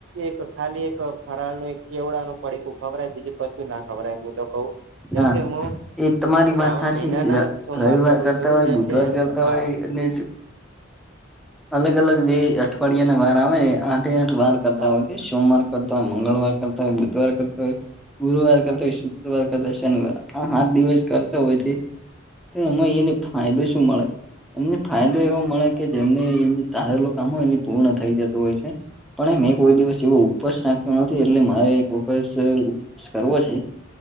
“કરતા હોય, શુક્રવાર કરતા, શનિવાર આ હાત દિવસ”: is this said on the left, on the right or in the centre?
Centre